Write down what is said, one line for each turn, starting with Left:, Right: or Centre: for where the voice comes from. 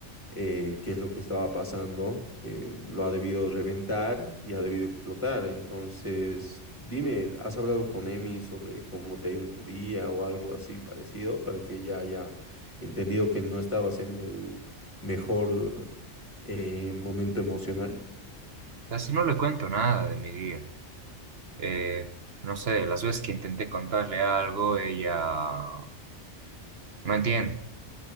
Left: eh, qué es lo que estaba pasando, eh, lo ha debido reventar y ha debido explotar. Entonces, dime, ¿has hablado con Emi sobre cómo te ha ido en tu día o algo así parecido para que ella haya entendido que no estabas en el mejor eh, momento emocional?
Right: así no le cuento nada de mi día. Eh, no sé, las veces que intenté contarle algo, ella no entiende.